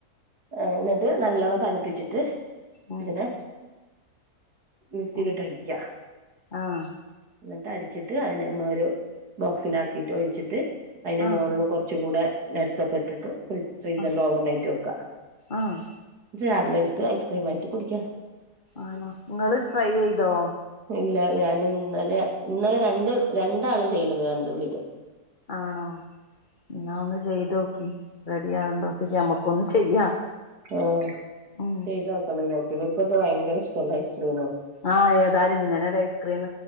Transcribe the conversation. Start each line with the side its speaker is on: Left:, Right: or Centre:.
Right: ആ എന്നിട്ട് നല്ലോണ്ണം തണുപ്പിച്ചിട്ട്
Left: ഉം
Right: ഏത് മിക്സിയിലിട്ട്
Left: ഉം
Right: അടിക്ക്ക
Left: ആഹ്
Right: എന്നിട്ട് അടിച്ചിട്ട് അതിനെ നമ്മളൊരു ബോക്സിലാക്കിട്ട് ഒഴിച്ചിട്ട് അതിന്റെ
Left: ആഹ്
Right: മുകളിൽ കുറച്ച് കൂടെ എസോക്കട്ടിട്ട് ഫ്രി ഫ്രീസറില്
Left: ആഹ്
Right: ഓവർനൈറ്റ് വെക്കുക
Left: ആഹ്
Right: രാവില എടുത്ത് ഐസ്ക്രീം ആയിട്ട് കുടിക്കാ
Left: ആണോ നിങ്ങള് ട്രൈ ചെയ്തോ
Right: ഇല്ല ഞാൻ ഇന്നലെ ഇന്നലെ രണ്ട് രണ്ടാള് ചെയ്യണത് കണ്ട് വിഡിയോ
Left: ആണോ എന്നാ ഒന്ന് ചെയ ചെയ്തോക്കി റെഡി ആകണ്ടോക്കി മ്മക്ക ഒന്ന് ചെയ്യാ
Right: ആഹ്
Left: ഉ
Right: ചെയ്തോക്കണം വിചാരിക്കും ഇവർക്കൊക്കെ ഭയങ്കര ഇഷ്ടല്ല ഇസ്രൂ
Left: ആഹ് ഏതാലും ഇങ്ങനെ ഒരു ഐസ്ക്രീം